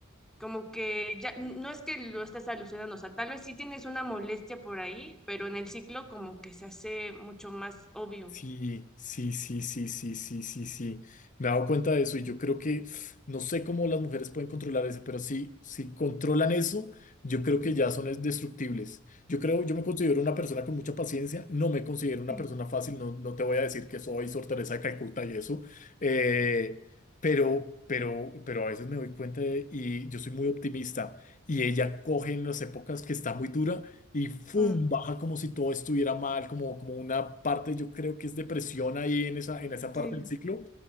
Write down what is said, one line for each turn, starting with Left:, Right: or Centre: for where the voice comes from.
Centre: Como que ya no es que lo estés alucinando, o sea, tal vez sí tienes una molestia por ahí, pero en el ciclo como que se hace mucho más obvio.
Left: Sí, sí, sí, sí, sí, sí, sí, sí. Me he dado cuenta de eso y yo creo que no sé cómo las mujeres pueden controlar eso, pero sí, si controlan eso, yo creo que ya son es- destructibles. Yo creo, yo me considero una persona con mucha paciencia, no me considero una
Centre: Sí,
Left: persona fácil, no, no te voy a decir que soy Sor Teresa de Calcuta y eso, eh, pero, pero, pero a veces me doy cuenta de- y yo soy muy optimista y ella coge en las épocas que está muy dura y ¡fum!
Centre: Mm,
Left: baja como si todo estuviera mal, como, como una parte, yo creo que es depresión ahí en esa, en esa parte
Centre: sí.
Left: del ciclo.